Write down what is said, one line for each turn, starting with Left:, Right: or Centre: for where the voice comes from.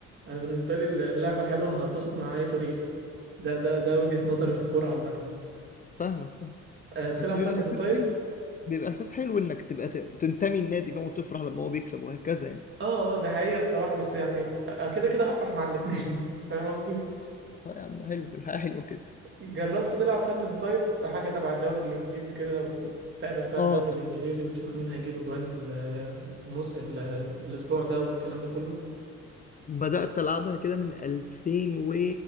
Right: انا بالنسبه لي اللعبه الحلوه انا هتبسط مع اي فريق ده ده ده وجهه نظري في الكوره عامه
Left: فاهمك فاهم.
Right: آه، بتلعب
Left: بس بيبقى
Right: فانتزي
Left: احساس
Right: طيب
Left: حلو بيبقى احساس حلو انك تبقى ت- تنتمي النادي فاهم وتفرح لما هو بيكسب وهكذا يعني
Right: اه اه ده حقيقة الصراحة بس يعني آه، كده كده هفرح مع الاتنين <laughs> فاهم قصدي
Left: آه يا عم حلو الحياة حلوة كده
Right: جربت تلعب فانتزي طيب حاجة تبع الدوري الانجليزي كده وتابع بقى
Left: اه
Right: الدوري الانجليزي وتشوف مين هيجيب اجوان ال- الموز... ال... ال- الاسبوع ده والكلام ده كله
Left: بدأت ألعبها كده من 2000 و